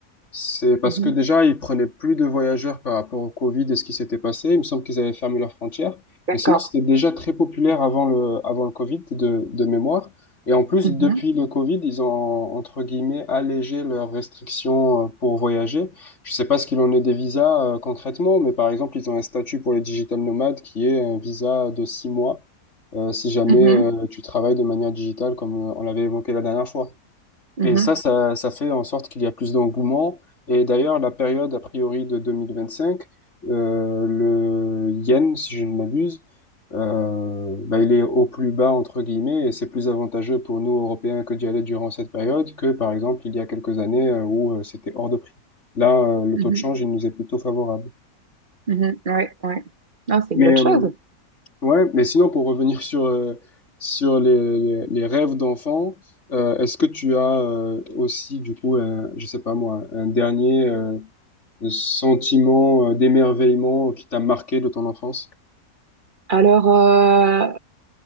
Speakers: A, on the left; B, on the right.
A: C'est parce
B: Mhm.
A: que déjà, ils prenaient plus de voyageurs par rapport au Covid et ce qui s'était passé. Il me semble qu'ils avaient fermé leurs frontières.
B: D'accord.
A: Mais sinon, c'était déjà très populaire avant le, avant le Covid de, de mémoire. Et en plus,
B: Mhm.
A: depuis le Covid, ils ont, entre guillemets, allégé leurs restrictions euh, pour voyager. Je sais pas ce qu'il en est des visas euh, concrètement, mais par exemple, ils ont un statut pour les digital nomades qui est un visa de six mois euh, si jamais
B: Mhm.
A: euh, tu travailles de manière digitale comme euh, on l'avait évoqué la dernière fois.
B: Mhm.
A: Et ça, ça, ça fait en sorte qu'il y a plus d'engouement. Et d'ailleurs, la période, a priori, de 2025, euh, le yen, si je ne m'abuse, euh, bah, il est au plus bas, entre guillemets, et c'est plus avantageux pour nous, Européens, que d'y aller durant cette période que, par exemple, il y a quelques années euh, où euh, c'était hors de prix. Là, euh, le
B: Mhm.
A: taux de change, il nous est plutôt favorable.
B: Mhm. Ouais, ouais. Non, c'est
A: Mais
B: une bonne
A: euh,
B: chose.
A: Ouais, mais sinon, pour revenir sur, euh, sur les, les- les rêves d'enfant, euh, est-ce que tu as euh, aussi, du coup, un, je sais pas moi, un dernier euh, sentiment euh, d'émerveillement qui t'a marqué de ton enfance?
B: Alors, euh,